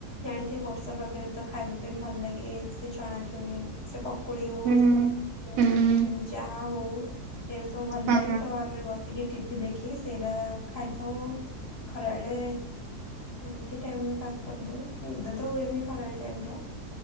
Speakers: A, on the left; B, on the right.
A: ଜାଣିଥିବ ବର୍ଷା ପାଗରେ ତ ଖାଇବା ପାଇଁ ଭଲ ଲାଗେ ସେ ଛ ଛଣାଛୁଣି ସେ ପକୁଡି ହଉ
B: ହୁଁ
A: ଉ
B: ହୁଁ
A: ଚାହା ହଉ ଏଇରା ସବୁ ଭଲ
B: ହଁ
A: ଲାଗେ ତ ଆମେ ବସିକି ଟିଭିି ଦେଖିକି ସେଇଟା ଖାଇଥାଉ ଖରାବେଳେ ଏମତି ଟାଇମ ପାସ୍ କରିଦଉ ନିଦ ତ ହୁଏନି ଖରା ବେଳ ଟାଇମ ଟା।